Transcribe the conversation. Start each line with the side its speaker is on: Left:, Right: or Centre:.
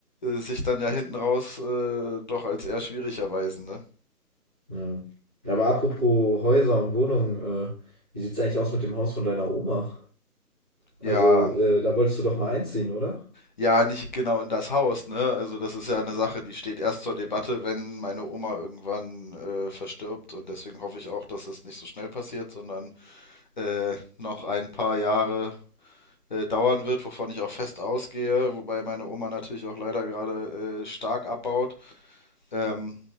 Left: sich dann ja hinten raus äh, doch als eher schwierig erweisen, ne?
Centre: Ja. Ja, Aber apropos Häuser und Wohnungen, äh, wie sieht's eigentlich aus mit dem Haus von deiner Oma? Also,
Left: Ja.
Centre: äh, da wolltest du doch mal einziehen, oder?
Left: Ja, nicht genau in das Haus, ne? Also das ist ja eine Sache, die steht erst zur Debatte, wenn meine Oma irgendwann äh, verstirbt. Und deswegen hoffe ich auch, dass es nicht so schnell passiert, sondern äh, noch ein paar Jahre äh, dauern wird, wovon ich auch fest ausgehe, wobei meine Oma natürlich auch leider gerade äh, stark abbaut. Ähm,